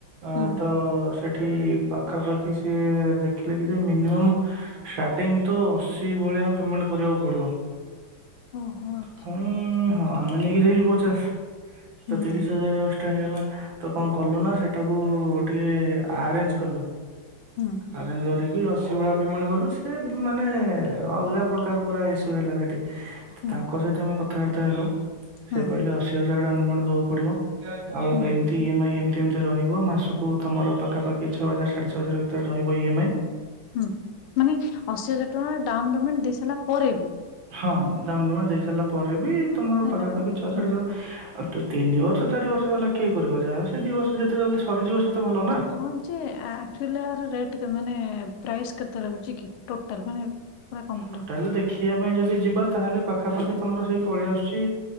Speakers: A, on the right; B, on the left.
A: ଆ
B: ହୁଁ
A: ତ <unintelligible> ଏଠି ପାଖାପାଖି ସିଏ ଦେଖିଲେ। କି ସେ ମିନୀୟମ୍ ଷ୍ଟାର୍ଟିଂ ତ ଅସି ଭଳିଆ ପେମେଣ୍ଟ କରିବା କୁ ପଡିବ
B: ଓହୋ ଆଚ୍ଛା
A: ଫୁଣି ହଁ ଆମେ ନେଇକି ଯିବୁ ପଚାଶ
B: ହୁଁ
A: ତ ତିରିଶ ହଜାର ଏଷ୍ଟ୍ରା ହେଇଗଲା। ତ କଣ କଲୁ ନା ସେଟାକୁ ଟିକେ ଆରେଞ୍ଜ କଲୁ
B: ହୁଁ
A: ଆରେଞ୍ଜ କରି। ବି ଅସି ଭଳିଆ ପେମେଣ୍ଟ କଲୁ ସେ ମାନେ ଅଲଗା ପ୍ରକାର ପୁରା ଇସୁ ହେଲା ସେ।
B: ହୁଁ
A: ତାଙ୍କ ସହିତ ଆମ କ କର୍ଥା ବାର୍ତ୍ତା ହେଲୁ।
B: ହୁଁ
A: ସେ କହିଲେ ଅସି ହାଜର ଡାଉନ୍ ପେମେଣ୍ଟ ଦେବାକୁ ପଡିବ। ଆଉ
B: ହୁଁ
A: ଏମତି
B: ହୁଁ।
A: ଇଏମଆଇ ଏମତି ଏମତି ରହିବ। ଯିବ ମାସକୁ ତମର ପାଖାପଖି ଛଅ ହଜାର ସାଢ଼େ ଛ ହଜାର ଭିତରେ ରହିବ ଇଏମ୍ଆଇ।
B: ହୁଁ ମାନେ ଅଶି ହଜାର ଟଙ୍କାର ଡାଉନ ପେମେଣ୍ଟ ଦେଇ ସାରିଲା ପରେ ବି
A: ହଁ ଡାଉନ ପେମେଣ୍ଟ ଦେଇ ସାରିଲା ପରେ ବି ତମର ପାଖାପାଖି
B: ମାନେ ମାନେ
A: ଛଅ ସାଢ଼େ ଛଅ ତିନି ବର୍ଷ ଚାରି ବର୍ଷ ବାଲା କିଏ କରିବ ଯାହା ସେ ଦି ବର୍ଷ ଯେତେ ଜଲଦି ସରିଯିବ। ସେତେ ଭଲ ନା।
B: ହଁ ଯେ ଆକ୍ଚୁଆଲି ଆର ରେଟ କେତେ ନେ ପ୍ରାଇସ୍ କେତେ ରହୁଛି କି ଟୋଟାଲ ମାନେ ପୁରା କମ୍ପଲିଟ
A: ଟୋଟାଲ ଦେଖିବା ଯଦି ଯିବା ତାହେଲେ ପାଖାପାଖି ତମର ସେଇ ପଳେଇଆସୁଛି